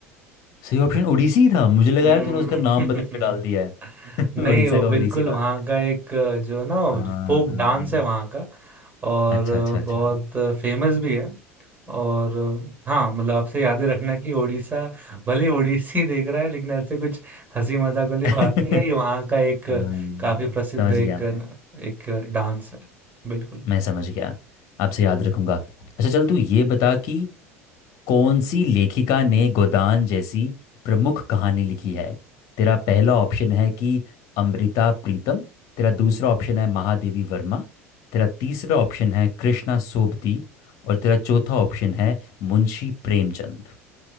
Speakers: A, on the left; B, on the right.
A: सही ऑप्शन ओडिसी था मुझे लगा
B: हम्म
A: यार तूने उसका नाम बदल के डाल दिया
B: <laughs>
A: है <laughs>
B: नहीं
A: उड़ीसा
B: वो
A: का
B: बिल्कुल
A: ओडिसी डाल
B: वहाँ
A: दिया
B: का एक अ, जो ना
A: है। हाँ
B: जो फोक डांस है वहाँ का और
A: अच्छा
B: अ,
A: अच्छा अच्छा
B: बहुत फेमस भी है और अ, हाँ मतलब आपसे याद ही रखना कि ओडिशा भले ओडिसी देख रहा है लेकिन ऐसे कुछ हंसी मजाक वाली
A: <laughs>
B: बात नहीं है ये वहाँ का एक
A: हाँ,
B: अ, काफी प्रसिद्ध
A: समझ
B: एक
A: गया मैं
B: अ, एक डांस है बिल्कुल
A: मैं समझ गया आपसे याद रखूंगा अच्छा चल तू ये बता कि कौन सी लेखिका ने गोदान जैसी प्रमुख कहानी लिखी है तेरा पहला ऑप्शन है कि अमृता प्रीतम तेरा दूसरा ऑप्शन है महादेवी वर्मा तेरा तीसरा ऑप्शन है कृष्णा सोबती और तेरा चौथा ऑप्शन है मुंशी प्रेमचंद